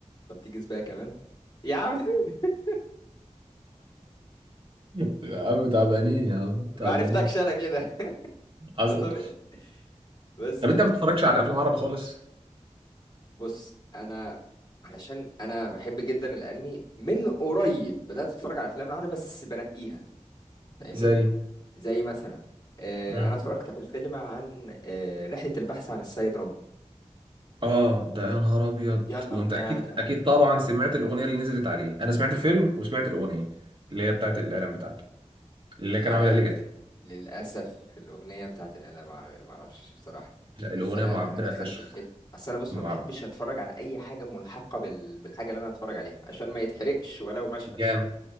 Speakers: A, on the left; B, on the right.
A: طب تيجي سباق كمان يا عم <laughs>
B: <laughs> يا عم تعبانين يا عم تعبانين
A: ما عرفتكش انا كده <laughs>
B: حصل
A: ده طبيعي بس
B: طب انت ما بتتفرجش على افلام عربي خالص
A: فبص انا علشان انا بحب جدا الانمي من قريب بدات اتفرج على افلام العربي بس بنقيها فاهمني
B: زي
A: زي مثلا آه،
B: مم.
A: انا اتفرجت على الفيلم عن آه، رحلة البحث عن السيد رامبو
B: اه ده يا نهار ابيض
A: يلا
B: وانت
A: ده
B: اكيد
A: ده
B: اكيد طبعا سمعت الاغنيه اللي نزلت عليه انا سمعت الفيلم وسمعت الاغنيه اللي هي بتاعت الاعلان بتاعته اللي
A: لا
B: كان عاملها ليجاتي
A: للأسف الأغنية بتاعت الآلة مع- معرفش بصراحة
B: لا الاغنيه
A: بس أنا
B: معبره
A: أنا دخلت
B: فشخ
A: الفيلم أصل أنا بص
B: معبر
A: ما بحبش أتفرج على أي حاجة ملحقة بال... بالحاجة اللي أنا هتفرج عليها عشان ما يتحرقش ولو مشهد
B: جامد